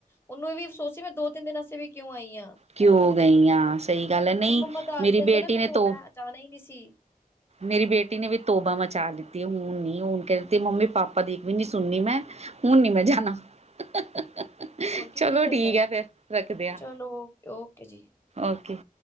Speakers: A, on the left (about 15°); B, on the right (about 45°).
A: ਉਹਨੂੰ ਇਹ ਵੀ ਅਫਸੋਸ ਸੀ ਮੈਂ ਦੋ ਤਿੰਨ ਦਿਨ ਅਸੀਂ ਵੀ ਕਿਉਂ ਆਈ ਆਂ।
B: ਕਿਉਂ ਗਈ ਹਾਂ। ਸਹੀ ਗੱਲ ਹੈ, ਨਹੀਂ
A: ਮੰਮਾ ਦੱਸ
B: ਮੇਰੀ
A: ਦਿੰਦੇ
B: ਬੇਟੀ
A: ਨਾ ਮੈਨੂੰ
B: ਨੇ ਤੋ
A: ਮੈਂ ਜਾਣਾ ਹੀ ਨਹੀਂ ਸੀ
B: ਮੇਰੀ ਬੇਟੀ ਨੇ ਵੀ ਤੋਬਾ ਮਚਾ ਲਤੀ ਹੁਣ ਨੀ ਹੁਣ ਕਹਿ ਦਿੱਤੀ ਮੰਮੀ, ਪਾਪਾ ਦੀ ਵੀ ਨੀ ਸੁਣਨੀ ਮੈਂ ਹੁਣ ਨੀ ਮੈਂ ਜਾਣਾ--ਚਲੋ
A: ਹੋਰ ਕੀ ਕੀ ਕਰਨਾ
B: ਠੀਕ
A: ਹੈ।
B: ਆ ਫੇਿਰ ਰੱਖਦੇ ਆ।
A: ਚਲੋ ਓਕੇ ਜੀ।
B: ਓਕੇ।